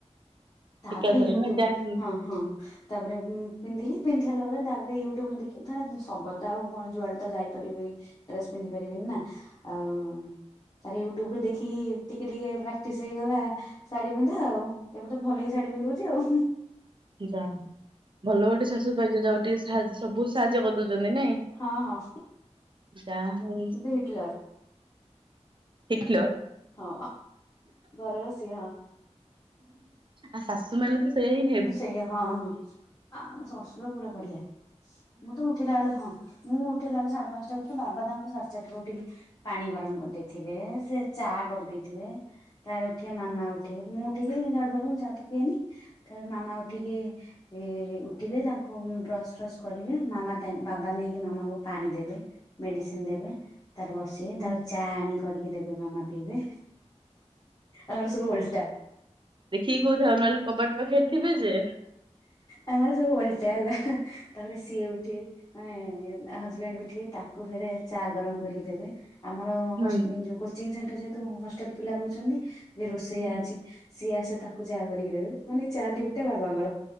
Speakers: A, on the left; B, on the right.
A: ତାପରେ
B: ଏକାଥରେ
A: ୟୁଟ୍ୟୁବ
B: ନା ଯା
A: ରୁ
B: ହଉ
A: ହଁ ହଁ। ତାପରେ ପିନ୍ଧିଲି ପିନ୍ଧି ସାରା ପରେ ତାପରେ ୟୁଟ୍ୟୁବୁ ଦେଖି ଧର ସବୁଆଡେ ତ ଆଉ କଣ ଯୁଆଡେ ତ ଯାଇପାରିବି। ଡ୍ରେସ ପିନ୍ଧି ପାରିବିନି ନା ଆଉ ତାରେ ୟୁଟ୍ୟୁବ ରୁ ଦେଖିକି ଟିକେ ଟିକେ ପ୍ରାକ୍ଟିସ୍ ହେଇଗଲା ଶାଢୀ ପିନ୍ଧା ଆଉ ଏବେ ତ ଭଲ କେ ଶାଢୀ ପିନ୍ଧିଦଉଛି ଆଉ।
B: ଯାହା ହଉ ଭଲ ଗୋଟେ ଶାଶୁ ପାଇଛ ଯାହା ହଉ ଟିକେ ସା ସବୁ ସାହାଯ୍ୟ କରିଦଉଛନ୍ତି ନାଇଁ।
A: ହଁ ହଁ
B: ଯାହା ହଉ
A: କିନ୍ତୁ ହିଟଲର
B: ଠିକୀଲୋ।
A: ହଁ ଘରେ ବସି ହଁ।
B: ଆ ଶାଶୁ ମଲୁ ତ ସେଇ
A: ସେଇଆ ହଁ ହଁ ଆଉ ଶଶୁର ପୁରା ବଢିଆ ମୁଁ ତ ଉଠିଲା ବେଳୁ ହଁ। ମୁଁ ଉଠିଲା ବେଳେ ସାଢେ ପାଞ୍ଚଟା ଭିତରେ ବାବା ଦାଙ୍କର ସାଢେ ସାରିଟ ର ଉଠିକି ପାଣି ଗରମ କରିଦେଇଥିବେ ସେ ଚା କରିଦେଇଥିବେ ତାର ଉଠିବେ ମାମା ଉଠିବେ ମୁଁ ଉଠିକି ଝାଡକୁ ମୁଁ ଚା ତ ପିଏନି। ତାପରେ ମାମା ଉଠିକି। ଏ ଉଠିବେ ତାଙ୍କୁ ବ୍ରସ୍ ଫ୍ରସ୍ କରିବେ ମାମା ବାବା ନେଇକି ମାମାଙ୍କୁ ପାଣି ଦେବେ। ମେଡିସିନ ଦେବେ ତାର ବସି
B: ହୁଁ
A: ତାପରେ ଚା ଆଣ କରିକି ଦେବେ ମାମା ପିଇବେ ଆମର ସବୁ ଓଲଟା।
B: ଦେଖି କହୁଥାଅ। କବାଟ ପାଖେର ଥିବେ ଯେ।
A: ଆମର ସବୁ ଓଲଟା ହେଲା ତାପରେ ସିଏ ଉଠିବେ ମାନେ ହଜବେଣ୍ଡ ଥିବେ ତାଙ୍କୁ ଫେରେ ଚା ଗରମ କରିକି ଦେବେ। ଆମର
B: ହୁଁ
A: ଯ କୋଚିଂ ସେଣ୍ଟର ଯେହେତୁ ହଷ୍ଟେଲ ପିଲା ରହୁଛନ୍ତି ଯେ ରୋଷେଇଆ
B: ହୁଁ
A: ଅଛି। ସିଏ ଆସେ ତାକୁ ଚା କରିକି ଦେବେ ମାନେଇ ଚା ଉଟା ବାବାଙ୍କର